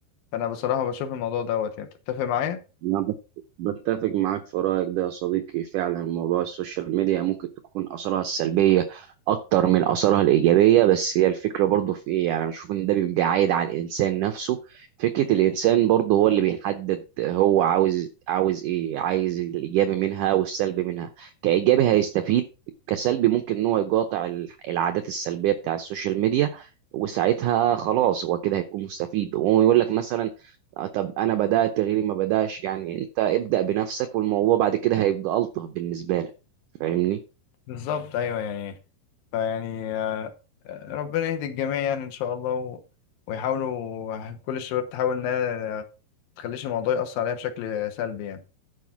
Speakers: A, on the left (about 70°); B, on the right (about 85°).
A: فانا بصراحة بشوف الموضوع دوت يعني تتفق معايا
B: أنا بت- بتفق معاك في رأيك ده يا صديقي فعلا موضوع السوشيال ميديا ممكن تكون آثارها السلبية أكتر من آثارها الإيجابية بس هي الفكرة برضه في إيه يعني أنا بشوف إن ده بيبقى عايد على الإنسان نفسه فكرة الإنسان برضه هو اللي بيحدد هو عاوز عاوز إيه عايز الإيجابي منها والسلبي منها كإيجابي هيستفيد كسلبي ممكن إن هو يقاطع ال- العادات السلبية بتاع السوشيال ميديا وساعتها خلاص هو كده هيكون مستفيد وهو يقول لك مثلا آه، طب انا بدات غيري ما بداش يعني انت ابدا بنفسك والموضوع بعد كده هيبقى الطف بالنسبه لك فاهمني
A: بالظبط ايوه يعني فيعني آه، آه، ربنا يهدي الجميع يعني ان شاء الله و... ويحاولوا كل الشباب تحاول انها ما تخليش الموضوع يأثر عليها بشكل سلبي يعني